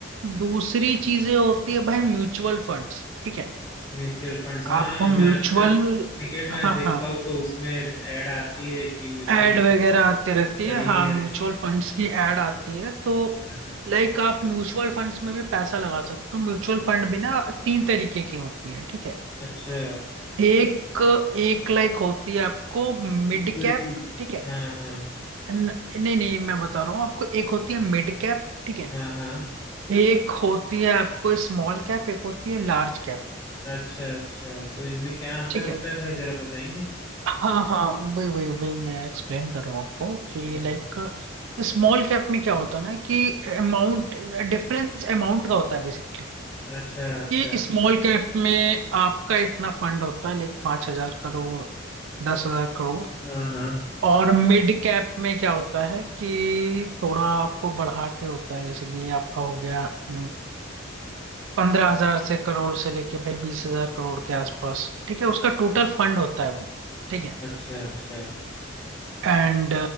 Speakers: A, on the right; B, on the left.
A: दूसरी चीजें होती है भाई म्यूचुअल फंड्स ठीक है
B: म्यूचुअल फंड्स हाँ
A: आप
B: मैं
A: म्यूचुअल
B: अक्सर क्रिकेट मैच
A: हाँ
B: देखता
A: हाँ
B: हूँ तो उसमें ऐड आती है कि म्यूचुअल
A: एड वगैरह आती रहती
B: सही
A: है हाँ
B: है
A: म्यूचुअल फंड्स की एड आती है तो
B: हाँ हाँ
A: लाइक आप म्यूचुअल फंड्स में भी पैसा लगा सकते हो म्यूचुअल फंड भी ना तीन तरीके की होती है ठीक है
B: अच्छा
A: एक एक लाइक होती है आपको मिड
B: इक्विटी
A: कैप ठीक है
B: हाँ हाँ
A: न- नहीं नहीं मैं बता रहा हूँ आपको एक होती है मिड कैप ठीक है
B: हाँ हाँ
A: एक होती है आपको स्मॉल कैप एक होती है लार्ज कैप
B: अच्छा अच्छा तो इनमें क्या अंतर
A: ठीक
B: होता
A: है।
B: है भाई जरा बताएंगे
A: हाँ हाँ वही वही वही मैं एक्सप्लेन कर रहा हूँ आपको कि
B: हाँ
A: लाइक
B: हाँ,
A: स्मॉल कैप में क्या होता है ना कि अमाउंट डिफरेंस अमाउंट का होता है बेसिकली
B: अच्छा अच्छा
A: कि स्मॉल कैप में आपका इतना फंड होता है लाइक पांच हजार करोड़ दस हजार करोड़
B: हाँ हाँ
A: और मिड कैप में क्या होता है कि थोड़ा आपको बढ़ा के होता है जैसे कि आपका हो गया हम्म, पंद्रह हजार से करोड़ से लेके भाई बीस हजार करोड़ के आसपास ठीक है उसका टोटल फंड होता है वो ठीक है
B: अच्छा अच्छा
A: एंड